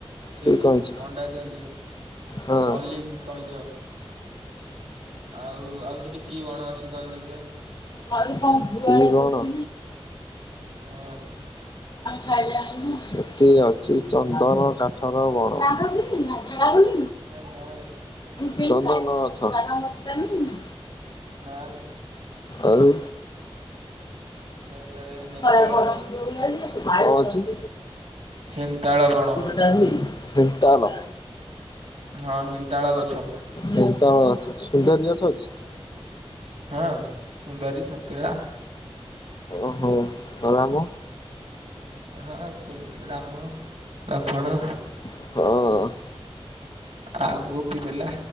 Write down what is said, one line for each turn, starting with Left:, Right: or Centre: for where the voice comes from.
Right: ସେଇଠି
Left: ଠିକ କହିଛ
Right: ଅଣ୍ଡା ଦିଅନ୍ତି
Left: ହଁ।
Right: ଅଲିଭ୍ କଇଁଛ। ଆଉ ଆଉ ସେଠି କି ବଣ ଅଛି କହିଲୁ ଦେଖିଆ?
Left: କି ବଣ?
Right: ହଁ
Left: ସେଠି ଅଛି ଚନ୍ଦନ କାଠର ବଣ। ଆଉ
Right: <inaudible>
Left: ଚନ୍ଦନ ଗଛ।
Right: ନାବେ
Left: ଆଉ
Right: ଏଟାରେ ହେନ୍ତାଳ
Left: କଣ
Right: ବଣ
Left: ଅଛି?
Right: ହେନ୍ତାଳ ବଣ
Left: ତା ନ
Right: ହଁ ହେନ୍ତାଳ ଗଛ।
Left: ହେନ୍ତାଳ ଗଛ ସୁନ୍ଦରୀ ଗଛ ଅଛି।
Right: ହ ହଁ ସୁନ୍ଦରୀ ସତୁରା
Left: ଓହୋ। ଗଲାମ।
Right: ହଁ ରାମ ଲକ୍ଷ୍ମଣ।
Left: ହଁ।
Right: ଆଉ ଗୋପି ଦେଲା।